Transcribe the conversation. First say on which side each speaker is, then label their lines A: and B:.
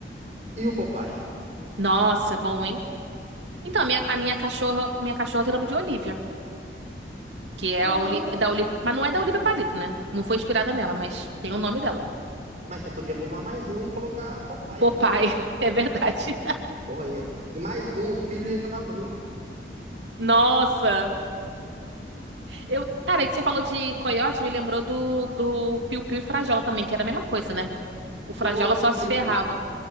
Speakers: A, on the right (about 40°); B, on the right (about 85°).
A: E o Popeye?
B: Nossa, bom, hein? Então, a minha, a minha cachorra, minha cachorra tem o nome de Olivia, que é
A: Ah,
B: a Oli- da Olivia, mas não é da Olivia Palito, né? Não foi inspirada nela, mas tem o nome dela.
A: mas você podia arrumar mais um e colocar Popeye.
B: O Popeye, <laughs> é verdade.
A: Olha. E mais um, o filho ia chamar Bruto.
B: Nossa! Eu, cara, é que você falou de coiote, me lembrou do, do Piu Piu e Frajola também, que era a mesma coisa, né? O Frajola
A: Só o
B: só
A: piu-piu,
B: se ferrava.